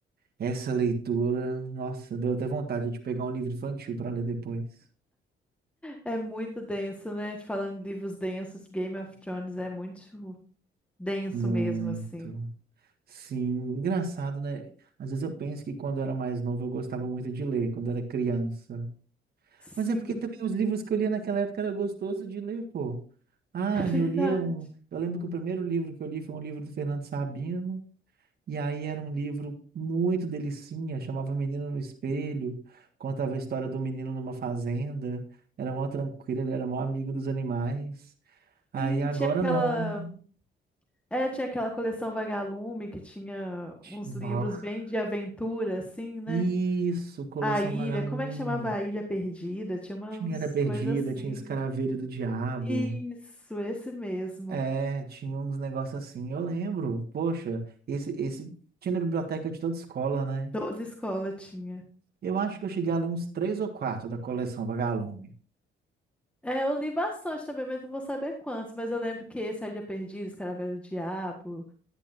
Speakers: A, on the right; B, in the centre.
A: essa leitura, nossa, deu até vontade de pegar um livro infantil para ler depois.
B: É muito denso, né? Te falando de livros densos, Game of Thrones é muito. denso
A: Muito.
B: mesmo, assim.
A: Sim, engraçado, né? Às vezes eu penso que quando eu era mais novo eu gostava muito de ler, quando eu era criança.
B: Sim,
A: Mas é porque também os livros que eu lia naquela época era gostoso de ler, pô. Ah,
B: <laughs> é verdade.
A: eu lia um. Eu lembro que o primeiro livro que eu li foi um livro do Fernando Sabino. E aí era um livro muito delicinha, chamava Menino no Espelho, contava a história do menino numa fazenda, era mó tranquilo, ele era mó amigo dos animais. Aí
B: Sim,
A: agora
B: tinha aquela,
A: não.
B: é, tinha aquela coleção Vagalume que tinha uns
A: Nossa.
B: livros bem de aventura, assim, né?
A: Isso, coleção
B: A Ilha,
A: Vagalume.
B: como é que chamava a Ilha Perdida? Tinha umas
A: Tinha Era Perdida,
B: coisas assim.
A: tinha Escaravelho do Diabo.
B: Isso, esse mesmo.
A: É, tinha uns negócios assim, eu lembro. Poxa, esse, esse tinha na biblioteca de toda escola, né?
B: Toda escola tinha.
A: Eu acho que eu cheguei ali uns três ou quatro da coleção Vagalume.
B: É, eu li bastante também, mas não vou saber quantos, mas eu lembro que esse, A Ilha Perdida, Escaravelho do Diabo.